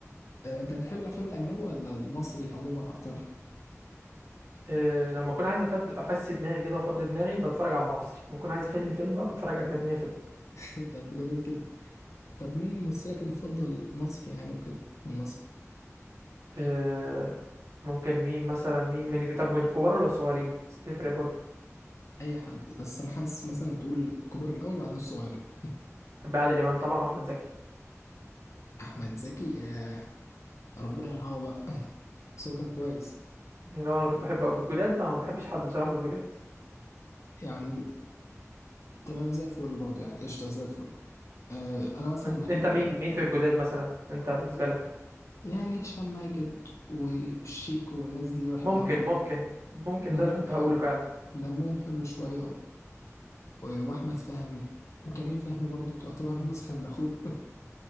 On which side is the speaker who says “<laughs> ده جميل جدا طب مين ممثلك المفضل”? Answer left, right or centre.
Left